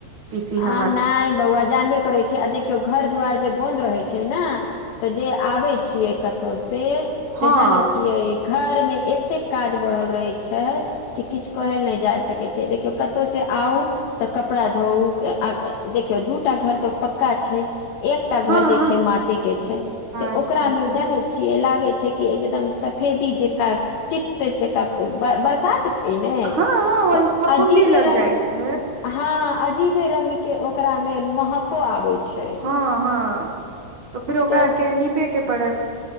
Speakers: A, on the right (about 85°); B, on the left (about 65°).
A: पीसी
B: आ
A: हमर
B: नहि बौआ जानबे करै छियै आ देखियौ घर दुआर जे बन्द रहैत छै ने तऽ जे आबै छियै कतहु से से
A: हँ
B: जानै छियै घरमे एतेक काज बढ़ल रहैत छै कि किछु कहल नहि जा सकैत छै देखियौ कतहुसँ आउ तऽ कपड़ा धोउ अ आ देखियो दूटा घर तो पक्का छै एकटा
A: हँ
B: घर जे
A: हँ
B: छै माटी के छै से
A: अच्छा
B: ओकरा
A: अच्छा
B: मे जानै छिय लागे छै कि एकदम सफेदी जेकां चित जकां बरसात छै ऐ ने
A: हँ वही
B: तऽ
A: फफूंदी
B: अजीबे
A: लग
B: रंग
A: जाइ छै
B: हँ अजीबे रंग के ओकरा मे महको आबै छै
A: हँ हँ तऽ फिर ओकरा
B: तो
A: आर के निपे के पड़त